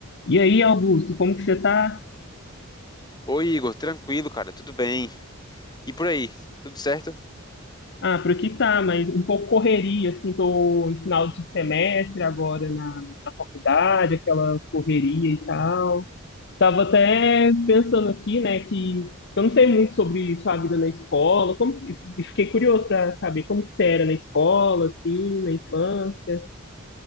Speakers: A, on the left; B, on the left.
A: E aí, Augusto, como que você tá?
B: Oi, Igor, tranquilo, cara, tudo bem? E por aí, tudo certo?
A: Ah, por aqui tá, mas um pouco correria, assim, tô em final de semestre agora na, na faculdade, aquela correria e tal. Tava até pensando aqui, né, que eu não sei muito sobre sua vida na escola, como, e fiquei curioso pra saber como que você era na escola, assim, na infância.